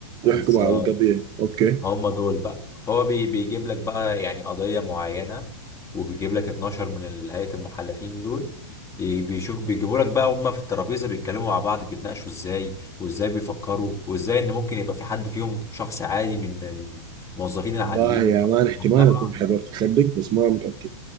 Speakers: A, on the right; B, on the left.
A: يحكموا
B: بالظبط
A: على القضية اوكي
B: هم دول بقى فهو بي بيجيب لك بقى يعني قضية معينة وبيجيب لك 12 من ال- هيئة المحلفين دول ي- بيشوف بيجيبوا لك بقى هم في الترابيزة بيتكلموا مع بعض بيتناقشوا ازاي وازاي بيفكروا وازاي ان ممكن يبقى في حد فيهم شخص عادي من الموظفين
A: والله
B: العاديين
A: يا
B: بتوع
A: مان احتمال
B: المجتمع
A: اكون حضرته صدق بس ما متأكد